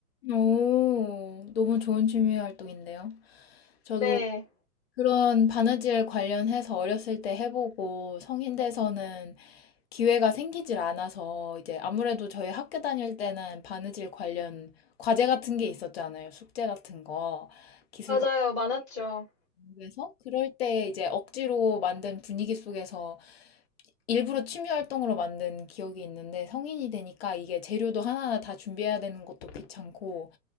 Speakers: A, on the left; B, in the centre.
A: 오, 너무 좋은 취미 활동인데요. 저도
B: 네,
A: 그런 바느질 관련해서 어렸을 때 해보고 성인 돼서는 기회가 생기질 않아서 이제 아무래도 저희 학교 다닐 때는 바느질 관련 과제 같은 게 있었잖아요. 숙제 같은 거. 기술과
B: 맞아요. 많았죠.
A: 공부해서 그럴 때 이제 억지로 만든 분위기 속에서 일부러 취미 활동으로 만든 기억이 있는데 성인이 되니까 이게 재료도 하나하나 다 준비해야 되는 것도 귀찮고